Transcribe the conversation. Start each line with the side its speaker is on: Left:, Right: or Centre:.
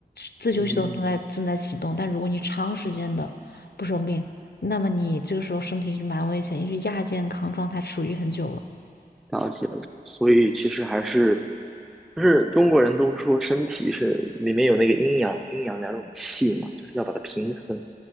Left: 自救系统正在正在启动。
Centre: 嗯，
Left: 但如果你长时间的不生病，那么你这个时候身体是蛮危险，因为亚健康状态处于很久了。
Centre: 了解了。所以其实还是就是中国人都说身体是里面有那个阴阳阴阳两种气嘛，就是要把它平衡，